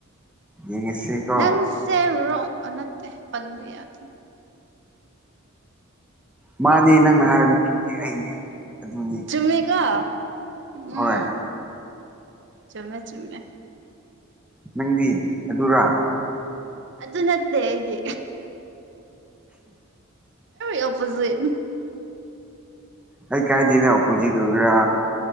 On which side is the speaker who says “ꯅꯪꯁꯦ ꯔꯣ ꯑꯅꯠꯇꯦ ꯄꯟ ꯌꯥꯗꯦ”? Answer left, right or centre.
Right